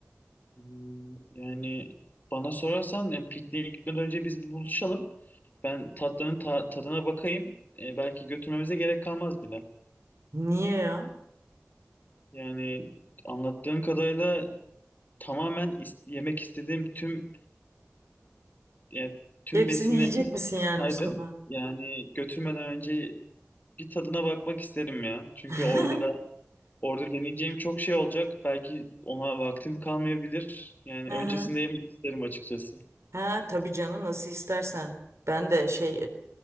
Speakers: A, on the left; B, on the right.
A: Hmm, Yani bana sorarsan yani pikniğe gitmeden önce biz bir buluşalım. Ben tatlının ta- tadına bakayım. Ee, belki götürmemize gerek kalmaz bile.
B: Niye ya?
A: Yani anlattığın kadarıyla tamamen is- yemek istediğim tüm Yani tüm
B: Hepsini
A: besinlerini
B: yiyecek misin yani
A: saydım.
B: Mustafa?
A: Yani götürmeden önce bir tadına bakmak isterim ya. Çünkü
B: <laughs>
A: orada orada deneyeceğim çok şey olacak. Belki ona vaktim kalmayabilir. Yani
B: Hı hı.
A: öncesinde yemek isterim açıkçası.
B: Ha tabii canım nasıl istersen. Ben de şey